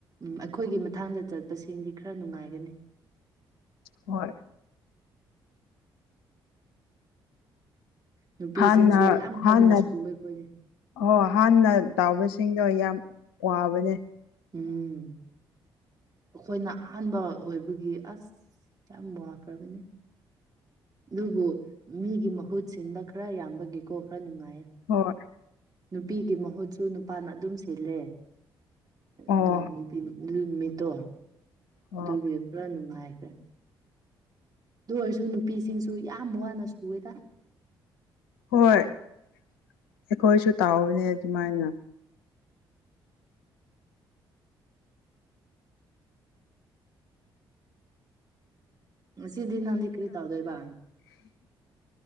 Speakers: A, on the right; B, on the left.
A: ꯎꯝ ꯑꯩꯈꯣꯏꯒꯤ ꯃꯊꯪꯗ ꯆꯠꯄꯁꯤꯡꯗꯤ ꯈꯔ ꯅꯨꯡꯉꯥꯏꯒꯅꯤ
B: ꯍꯣꯏ
A: ꯅꯨꯄꯤꯁꯤꯡꯁꯨ
B: ꯍꯥꯟꯅ
A: ꯌꯥꯝ ꯀꯟꯅ
B: ꯍꯥꯟꯅ
A: ꯁꯨꯋꯦ ꯑꯩꯈꯣꯏꯗꯤ
B: ꯑꯣ ꯍꯥꯟꯅ ꯇꯥꯎꯕꯁꯤꯡꯗꯣ ꯌꯥꯝ ꯋꯥꯕꯅꯦ
A: ꯎꯝ ꯑꯩꯈꯣꯏꯅ ꯑꯍꯥꯟꯕ ꯑꯣꯏꯕꯒꯤ ꯑꯁ ꯌꯥꯝ ꯋꯥꯈ꯭ꯔꯕꯅꯤ ꯑꯗꯨꯕꯨ ꯃꯤꯒꯤ ꯃꯍꯨꯠ ꯁꯤꯟꯕ ꯈꯔ ꯌꯥꯝꯕꯒꯤꯀꯣ ꯈꯔ ꯅꯨꯡꯉꯥꯏꯌꯦ
B: ꯍꯣꯏ
A: ꯅꯨꯄꯤꯒꯤ ꯃꯍꯨꯠꯁꯨ ꯅꯨꯄꯥꯅ ꯑꯗꯨꯝ ꯁꯤꯜꯂꯦ ꯑꯗꯨ
B: ꯑꯣ
A: ꯅꯨꯄꯤ ꯑꯗꯨ ꯅꯨꯃꯤꯠꯇꯣ ꯑꯗꯨꯒꯤ
B: ꯑꯣ
A: ꯄꯨꯔ ꯅꯨꯡꯉꯥꯏꯈ꯭ꯔꯦ ꯑꯗꯨ ꯑꯣꯏꯔꯁꯨ ꯅꯨꯄꯤꯁꯤꯡꯁꯨ ꯌꯥꯝ ꯋꯥꯅ ꯁꯨꯋꯦꯗ
B: ꯍꯣꯏ ꯑꯩꯈꯣꯏꯁꯨ ꯇꯧꯕꯅꯦ ꯑꯗꯨꯃꯥꯏꯅ
A: ꯉꯁꯤꯗꯤ ꯅꯪꯗꯤ ꯀꯔꯤ ꯇꯧꯗꯣꯏꯕ